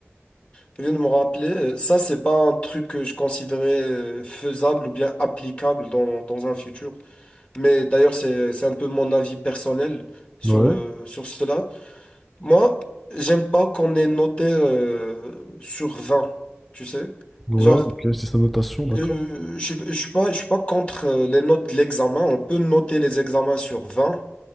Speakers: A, on the left (about 25°); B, in the centre.
A: qui vient de me rappeler, euh, ça, c'est pas un truc que je considérais euh, faisable ou bien applicable dans, dans un futur. Mais d'ailleurs, c'est, c'est un peu mon avis personnel sur,
B: Ouais,
A: euh, sur cela. Moi, j'aime pas qu'on ait noté euh, sur vingt. tu sais.
B: ouais,
A: Genre,
B: ok, c'est sa notation, d'accord.
A: euh, je, suis- je suis pas, je suis pas contre euh, les notes de l'examen. On peut noter les examens sur 20.